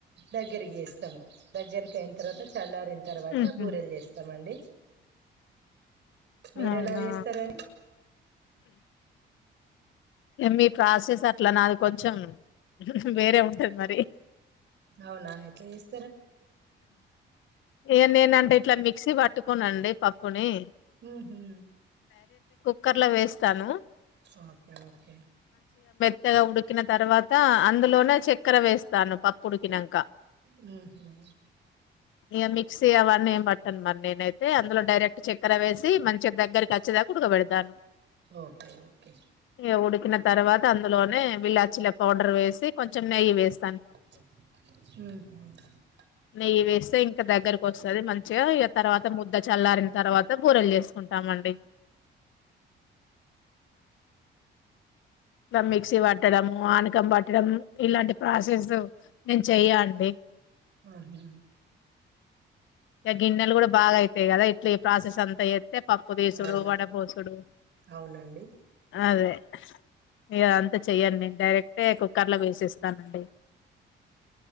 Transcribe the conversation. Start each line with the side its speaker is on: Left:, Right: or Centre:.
Right: దగ్గరకి వేస్తాము దగ్గరికి అయిన తర్వాత చల్లారి తర్వాత
Left: హుహు.
Right: బూరెలు చేస్తామండి మీరు
Left: అవునా
Right: ఎలా చేస్తారని
Left: ఏ మీ ప్రాసెస్ అట్ల నాది కొంచెం వేరే ఉంటది మరి
Right: అవునా ఎట్లే చెస్
Left: ఇగా నేనంటే ఇట్లా మిక్సీ పట్టుకోనండి పప్పుని
Right: ఉహూ
Left: కుక్కర్ లో వేస్తాను
Right: ఓకే ఓకే
Left: త్తగ ఉడికిన తర్వాత అందులోనే చక్కెర వేస్తాను పప్పు ఉడికినంక
Right: ఉహా
Left: ఇక మిక్సీ అవన్న ఏం పట్టను మరి నేనైతే అందులో డైరెక్ట్ చక్కె వేసి మంచిగా దగ్గరకి చ్చదాక ఉడకబడతాను
Right: ఓకే ఓకే
Left: ఇగ ఉడికిన తర్వాత అందులోనే విలాచిల పౌడర్ వేసి కొంచెం నెయ్యి వేసి
Right: ఉ
Left: నెయ్యి వేస్తే ఇంకా దగ్గరకి వస్తుంది మంచిగా ఇగా తర్వాత ముద్ద చల్లారిన తర్వాత బూరేలు చేస్త చూసుకుంటామండి ఇట్లా మిక్సీ పట్టడము ఆనకం పట్టడం ఇలాంటి ప్రాసెస్ నేను చెయ్య అండి
Right: ఆహా
Left: ఇక గిణెలు కూడా బాగా అయితే ఈదా ఇట్లీ ప్రాసెస్ అంతా చెత్త పప్పు తీసుడు
Right: అవును
Left: వడ పోసుడు
Right: అవునండి
Left: అదే ఇగా అ చెయ్యడి నేను డైరెక్టే కుక్కర్ లో వేసిస్తానండి